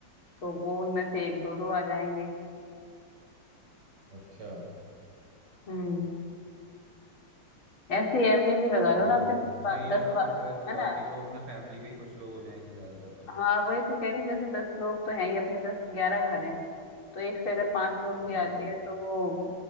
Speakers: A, on the left; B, on the right.
A: तो वो उनमें से एक दो दो आ जाएंगे
B: अच्छा
A: हम्म ऐसे एवरेज ही लगा लो
B: तो
A: ना अपने दस
B: सही
A: बा-
B: है
A: दस
B: हाँ
A: बा-
B: तो फिर
A: है ना
B: बाकी तो अपने फैमिली के ही कुछ लोग हो जाएंगे ज्यादातर तो
A: हाँ वही तो कह रही हूँ जैसे दस लोग तो हैं ही अपने दस ग्यारह घर हैं तो एक से अगर पांच लोग
B: हाँ
A: भी आते हैं तो वो